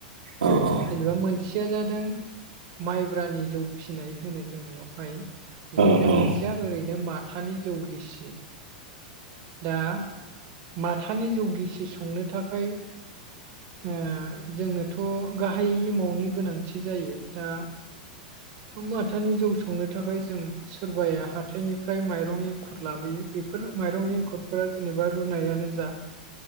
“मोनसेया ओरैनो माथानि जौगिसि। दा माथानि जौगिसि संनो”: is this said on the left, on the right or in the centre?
Right